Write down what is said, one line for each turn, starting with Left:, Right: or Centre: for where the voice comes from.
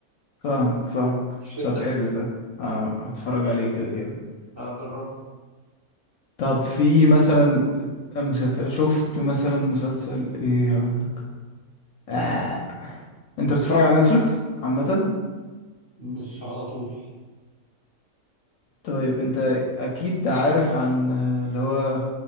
Left: فاهمك فاهم
Right: يشدك
Left: طب حلو ده آه، هتفرج عليه كده كده
Right: لا جربه
Left: طب في مثلا مسلسل شفت مثلا مسلسل ايه هقولك آه. انت بتتفرج على نتفليكس عامة؟
Right: مش على طول
Left: طيب انت اكيد عارف عن آه، اللي هو